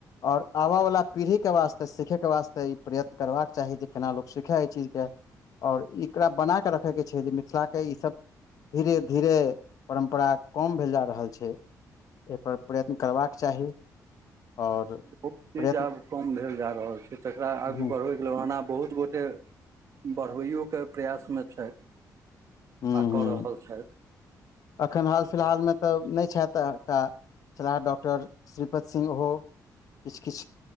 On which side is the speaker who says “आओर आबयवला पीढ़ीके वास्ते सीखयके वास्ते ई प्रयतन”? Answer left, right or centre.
Left